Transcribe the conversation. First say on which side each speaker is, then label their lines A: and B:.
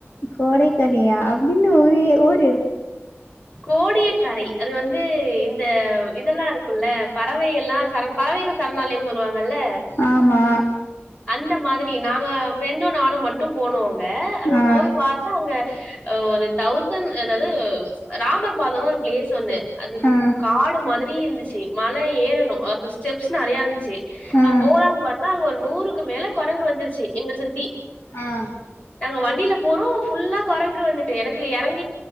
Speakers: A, on the left; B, on the left.
A: கோடைக்கறியா அப்டின்னு ஒரு ஒரு
B: கோடியக்கரை அது வந்து இந்த இதெல்லா இருக்கும்ல்ல பறவை எல்லா சர பறவைகள் சரணாலயம் சொல்லுவாங்கல்ல
A: ஆமா
B: அந்த மாதிரி நாங்க ஃப்ரெண்டு நானு மட்டு போனோ அங்க அங்க
A: ஆ
B: போய் பா அங்க ஒரு தவுசன் அதாவது ராமர் பாதம்ன்னு ஒரு பிளேஸ் உண்டு அது
A: ஆ
B: காடு மாதிரி இருந்துச்சு மல ஏறணு அப்றோ ஸ்டெப்ஸ் நெறையா இருந்துச்சு நா
A: ஆ
B: போலான்னு பாத்தா அங்க ஒரு நூறுக்கு மேல கொரங்கு வந்துருச்சு எங்கள சுத்தி
A: ஆ
B: நாங்க வண்டியில போறோ ஃபுல்லா கொரங்கு வந்துட்டு எனக்கு எறங்